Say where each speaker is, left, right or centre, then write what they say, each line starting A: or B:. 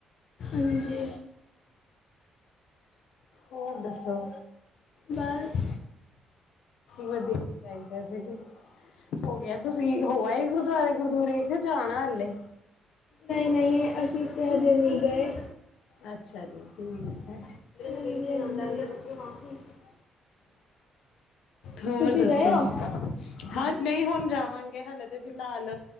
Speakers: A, on the left (about 60°); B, on the left (about 80°).
A: ਹਾਂਜੀ।
B: ਹੋਰ ਦੱਸੋ?
A: ਬਸ।
B: ਵਧੀਆ ਹੀ ਚਾਹੀਦਾ ਸੀ। ਹੋ ਗਿਆ ਤੁਸੀਂ ਹੋ ਆਏ ਗੁਰਦੁਆਰੇ ਗੁਰਦੁਆਰੇ ਕੇ ਜਾਣਾ ਹਲੇ?
A: ਨਹੀਂ, ਨਹੀਂ ਅਸੀਂ ਤੇ ਹਜੇ ਨਹੀਂ ਗਏ।
B: ਅੱਛਾ ਜੀ ਠੀਕ ਏ।
A: <unintelligible>
B: ਹੋਰ
A: ਤੁਸੀਂ
B: ਦੱਸੋ?
A: ਗਏ ਹੋ
B: ਹਾਂ, ਨਹੀਂ ਹੁਣ ਜਾਵਾਂਗੇ, ਹਲੇੇ ਤੇ ਫਿਲਹਾਲ।